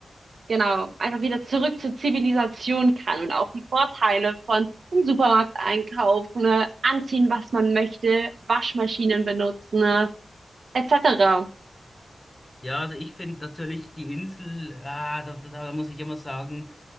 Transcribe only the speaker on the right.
Genau, einfach wieder zurück zur Zivilisation kann und auch die Vorteile von im Supermarkt einkaufen, ne, anziehen, was man möchte, Waschmaschinen benutzen, ne, etc.